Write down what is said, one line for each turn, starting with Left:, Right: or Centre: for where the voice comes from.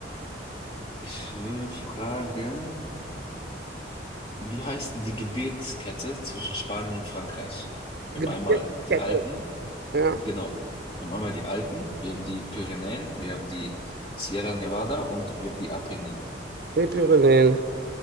Left: ich würde fragen, wie heißt denn die Gebirgskette zwischen Spanien und Frankreich? Wir
Right: Gebirgskette.
Left: haben einmal die Alpen,
Right: Ja,
Left: genau. Wir haben einmal die Alpen, wir haben die Pyrenäen, wir haben die Sierra Nevada und wir haben die Apenninen.
Right: die Pyrenäen.